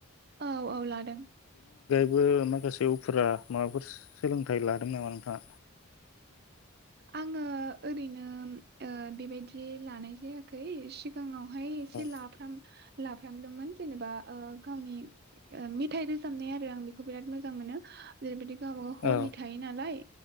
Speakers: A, on the right; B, on the left.
A: औ औ लादों
B: बो माखासे उफा माबाफोर सोलोंथाइ लादों नामा नोंथाङा
A: आङो ओरैनो ओ बेबायदि लानाय जायाखै सिगाङाव हाय एसे
B: औ
A: लाफ लाफ्राम दोंमोन जेनेबा गावनि मेथाइ रोजाबनाय आरो आं बेखौ बिराद मोजां मोनो जेरैबायदि गावबागाव हबि
B: औ
A: थायो नालाय